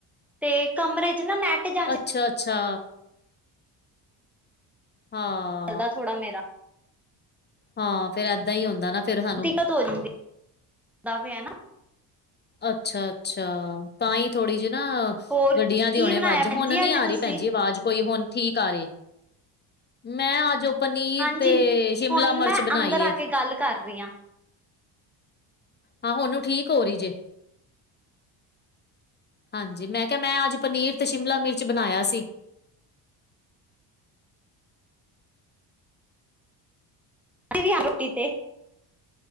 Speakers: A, in the centre; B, on the left (about 25°).
A: ਤੇ ਕਮਰੇ ਚ ਨਾ ਨੈਟ ਜਾ
B: ਅੱਛਾ-ਅੱਛਾ। ਹਾਂ
A: ਚੱਲ ਥੋੜਾ ਮੇਰਾ
B: ਹਾਂ ਫੇਰ ਏਦਾਂ ਹੀ ਹੁੰਦਾ ਨਾ ਫੇਰ ਸਾਨੂੰ
A: ਦਿੱਕਤ ਹੋ ਜਾਂਦੀ ਦਾ ਵੀ ਹੈ ਨਾ
B: ਅੱਛਾ ਅੱਛਾ ਤਾਂ ਹੀ ਥੋੜ੍ਹੀ ਜਿਹੀ ਨਾ
A: ਹੋਰ
B: ਗੱਡੀਆਂ ਦੀ
A: ਕੀ
B: ਹੁਣੇ
A: ਬਣਾਇਆ
B: ਆਵਾਜ਼
A: ਭੈਣ
B: ਹੁਣ
A: ਜੀ
B: ਨੀ
A: ਅੱਜ
B: ਆ
A: ਤੁਸੀਂ
B: ਰਹੀ ਭੈਣਜੀ ਆਵਾਜ਼ ਕੋਈ ਹੁਣ ਠੀਕ ਆ ਰੀ ਮੈਂ ਅਜ ਓ ਪਨੀਰ
A: ਹਾਂਜੀ
B: ਤੇ ਸ਼ਿਮਲਾ
A: ਹੁਣ
B: ਮਿਰਚ
A: ਮੈਂ
B: ਬਣਾਈ
A: ਅੰਦਰ ਆ
B: ਏ।
A: ਕੇ ਗੱਲ ਕਰ ਰੀ ਆਂ
B: ਹਾਂ ਹੁਣ ਆਈ ਠੀਕ ਹੋਰੀ ਜੇ ਹਾਂਜੀ ਮੈਂ ਕਿਆ ਮੈਂ ਅੱਜ ਪਨੀਰ ਤੇ ਸ਼ਿਮਲਾ ਮਿਰਚ ਬਣਾਇਆ ਸੀ।
A: ਤੁਸੀਂ ਵੀ ਆਣਾ ਰੋਟੀ ਤੇ।